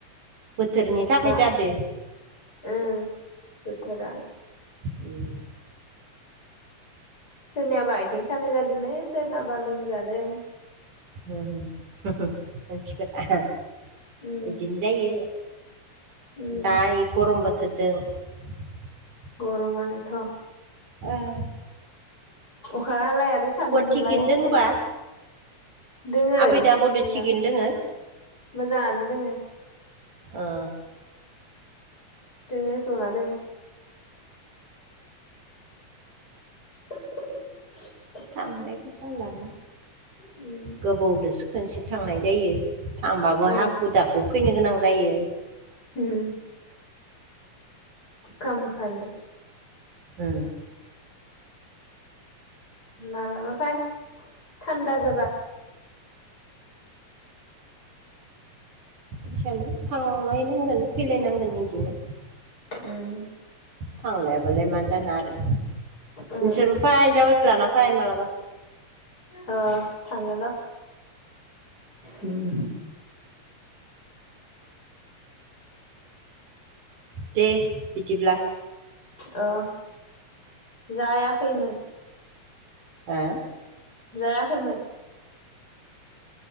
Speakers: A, on the right; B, on the left.
A: बोथोरनि थाखाय
B: बा
A: जादो।
B: ओं बोथोरा
A: उम।
B: सोरनियाबा आथिं सानाय जादोंनो सोरनाबा लोमजादों।
A: होम, होम। मानसिफोरा
B: उम
A: बिदिनो जायो
B: उम
A: दा इ गरम <unintelligible> <unintelligible>
B: गरमानोथ'
A: उम।
B: अखा हालाय आरो सान्दुं दुंलाय
A: थिगैनो
B: <unintelligible>
A: दोङोबा
B: दोङो
A: आबै दाबौदो
B: मोजां
A: थिगैनो दोङो
B: मोजाङानो दोङो।
A: ओ।
B: दोङो जना दोङो। <inaudible>
A: थांनाय फैसा लाना
B: उम।
A: गोबावदोसो खोनसे थांनाय जायो थांबाबो
B: औ
A: हाखु दाखु फैनो गोनां नायो।
B: उम अखा मखानो।
A: ओ।
B: मालाबा फाय थान्दा जाब
A: <unintelligible> इसानो थांलायनांगोन फैलायनांगोन बिदिनो
B: उम।
A: थांलायाबालाय मा जानो आरो।
B: ओ
A: जिरबो फै जावैखे लाना फै माबलाबा।
B: अ थांगोन र'
A: दे बिदिब्ला।
B: अ जायाखैमोन
A: ओ।
B: जायाखैमोन।